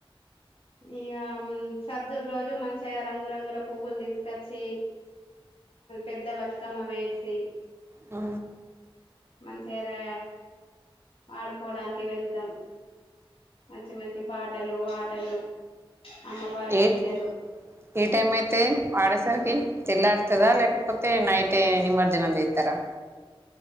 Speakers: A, on the left; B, on the right.
A: ఇగా సద్దుల్ రోజు మంచిగా రంగురంగుల పువ్వుల్ తీసుకొచ్చి పెద్ద బతుకమ్మ పెర్సీ
B: ఆ
A: మంచిరా వాడుకోవడాని కి వెళ్దాం మంచి మంచి పాటలు ఆటలు అమ్మవారి
B: ఏట్
A: పూజలు
B: ఏ టైమైతే వాడేసరికి తెల్లార్త తదా లేకపొతే నైటే నిమర్జనం జేస్తరా